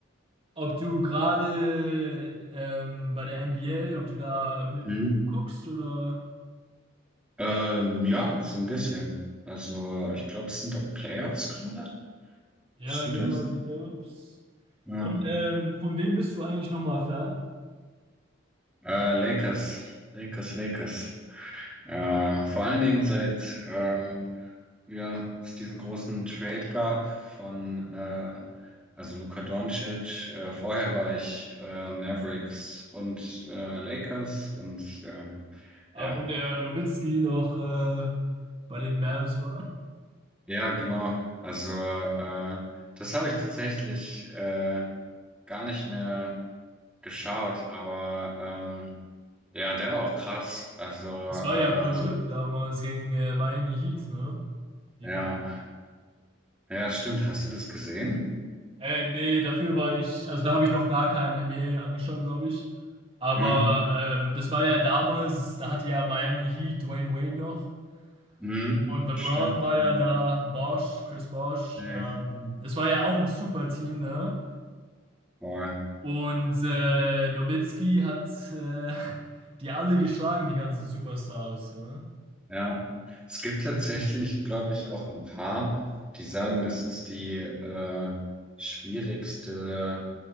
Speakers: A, on the right; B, in the centre.
A: ob du gerade ähm, bei der NBA, ob du da mi-
B: mhm.
A: guckst oder...
B: ähm, ja, so ein bisschen. Also, ich glaube, es sind doch Playoffs gerade.
A: Ja,
B: Stimmt
A: genau,
B: das?
A: die Playoffs.
B: Ja.
A: Und ähm, von wem bist du eigentlich nochmal Fan?
B: Äh, Lakers, Lakers, Lakers. Äh, vor allen Dingen seit ähm, ja, es diesen großen Trade gab von äh, also Luka Doncic. Äh, vorher war ich äh, Mavericks und äh, Lakers und äh,
A: Ah,
B: ja,
A: wo der Nowitzki noch äh, bei den Mavs war.
B: Ja, genau. Also äh, das habe ich tatsächlich äh, gar nicht mehr geschaut, aber ähm, ja, der war auch krass. Also
A: Es war
B: äh,
A: ja verrückt damals gegen äh, Miami Heat, ne? Die
B: ja,
A: Fa-
B: ja, stimmt. Hast du das gesehen?
A: äh, nee, dafür war ich, also da habe ich noch gar keinen NBA angeschaut, glaube ich. Aber
B: Mhm.
A: ähm, das war ja damals, da hatte ja Miami Heat Dwayne Wade noch.
B: Mhm.
A: Und LeBron
B: Stimmt.
A: war ja
B: Ja.
A: da, Bosch, Chris Bosch.
B: Safe.
A: Ähm, das war ja auch ein super Team, ne?
B: Voll.
A: Und äh, Nowitzki hat äh, <laughs> die alle geschlagen, die ganzen Superstars, ja.
B: Ja. Es gibt tatsächlich, glaube ich, auch ein paar, die sagen, das ist die äh, schwierigste